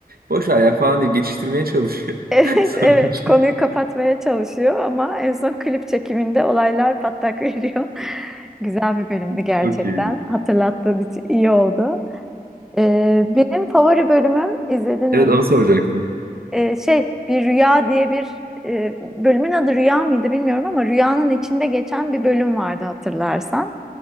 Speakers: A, on the right; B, in the centre.
A: boş ver ya falan diye geçiştirmeye çalışıyor.
B: <laughs> evet
A: <laughs> Sorunca
B: evet konuyu kapatmaya çalışıyor ama en son klip çekiminde olaylar patlak veriyor. <laughs> Güzel bir bölümdü gerçekten.
A: çok iyiydi.
B: Hatırlattığın için iyi oldu. Ee, benim favori bölümüm izledin mi?
A: Evet onu
B: Bir,
A: soracaktım.
B: ee, şey bir rüya diye bir e, bölümün adı rüya mıydı bilmiyorum ama rüyanın içinde geçen bir bölüm vardı hatırlarsan.